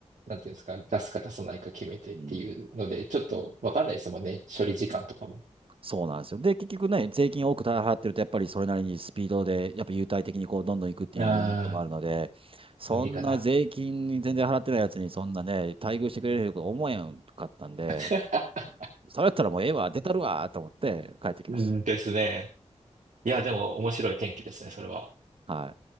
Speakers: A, on the right (about 85°); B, on the right (about 50°).
A: なんていうんですか、出すか出さないか決めてっていうので、
B: うん
A: ちょっとわかんないですもんね。処理時間とかも。
B: そうなんですよ。で、結局ね、税金を多く払ってると、やっぱりそれなりにスピードで、やっぱ優待的にこう、どんどん行くっていうのもあるので、
A: ああ、
B: そんな税金に全然払ってないやつに、
A: アメリカだ。
B: そんなね、待遇してくれると思えんかったんで、
A: <laughs>
B: それやったらもうええわ、出たるわ、と思って帰ってきまし
A: うんですね。いや、でも面白い天気ですね、それは。
B: た。はい。